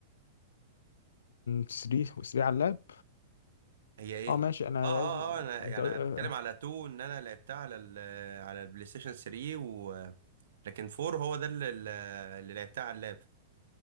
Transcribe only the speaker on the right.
هي ايه
اه اه
اه انا
يعني
بتكلم على 2 ان انا لعبتها على ال على البلاي ستيشن 3 و لكن 4 هو ده اللي اللي لعبتها على اللاب